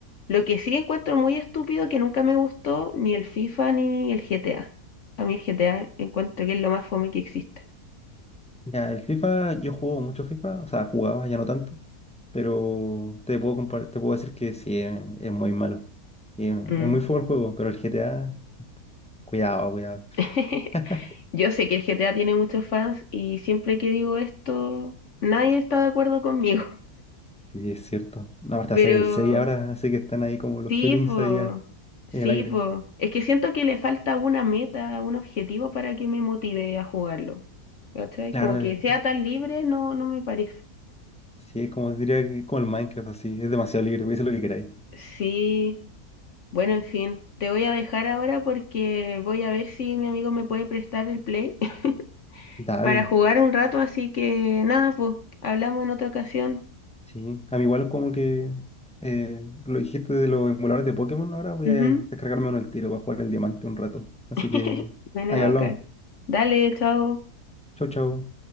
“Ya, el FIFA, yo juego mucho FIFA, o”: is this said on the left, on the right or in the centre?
Centre